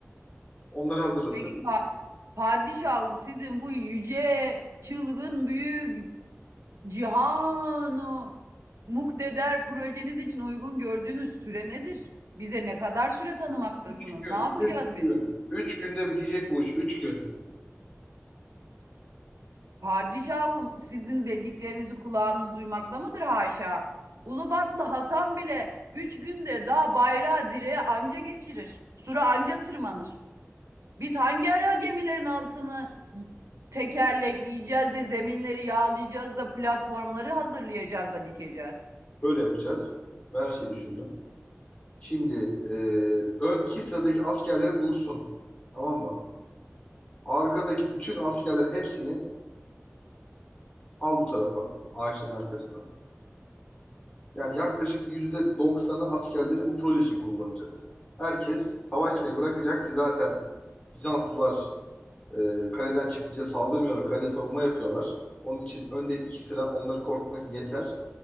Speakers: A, on the left; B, on the right.
A: Onları hazırlatın.
B: Peki pa- padişahım sizin bu yüce, çılgın, büyük Cihanu Mukdeder projeniz için uygun gördüğünüz süre nedir? Bize ne kadar süre tanımaktasınız?
A: üç gün,
B: Ne yapacağız
A: üç
B: biz?
A: gün. Üç günde bitecek bu iş. Üç gün.
B: Padişahım, sizin dediklerinizi kulağınız duymakta mıdır haşa? Ulubatlı Hasan bile üç günde daha bayrağı direğe anca geçirir. Sura anca tırmanır. Biz hangi ara gemilerin altını tekerlekleyeceğiz de zeminleri yağlayacağız da platformları hazırlayacağız da dikeceğiz?
A: Böyle yapacağız. Ben her şeyi düşündüm. Şimdi e, ön iki sıradaki askerlerim dursun. Tamam mı? Arkadaki bütün askerlerin hepsini al bu tarafa. Ağaçların arkasına. Yani yaklaşık yüzde doksanı askerleri bu proje için kullanacağız. Herkes savaşmayı bırakacak ki zaten Bizanslılar Ee, kaleden çıkıp bize saldırmıyorlar. Kale savunma yapıyorlar. Onun için önde iki sıra onları korkutmak yeter.